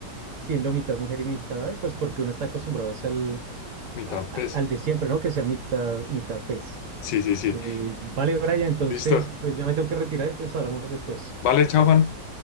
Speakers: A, on the right; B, on the left.
A: siendo mitad mujer y mitad ave, pues porque uno está acostumbrado es al,
B: mitad
A: a- a-
B: pez.
A: al de siempre, ¿no? Que sea mitad, mitad pez.
B: Sí, sí, sí.
A: Eh, vale, Brian, entonces,
B: Listo.
A: pues ya me tengo que retirar, entonces hablamos después.
B: Vale, chao, Juan.